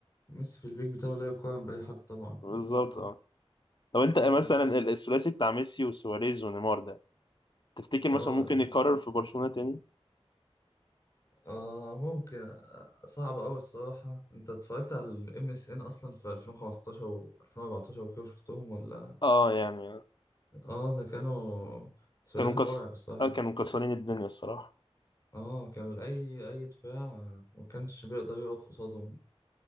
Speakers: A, on the left; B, on the left.
A: ميسي في البيك بتاعه لا يقارن بأي حد طبعا
B: بالظبط اه لو انت
A: اه
B: مثلا ال- الثلاثي بتاع ميسي وسواريز ونيمار ده تفتكر مثلا
A: اه
B: ممكن يكرر في برشلونة تاني؟
A: اه ممكن آه، صعب أوي الصراحة أنت اتفرجت على ال MSN أصلا في 2015 و 2014 وكده شفتهم ولا
B: اه يعني
A: اه ده كانوا ثلاثي
B: كانوا مكس...
A: مرعب الصراحة
B: آه كانوا مكسرين الدنيا الصراحة
A: اه كان أي أي دفاع ما كانش بيقدر يقف قصادهم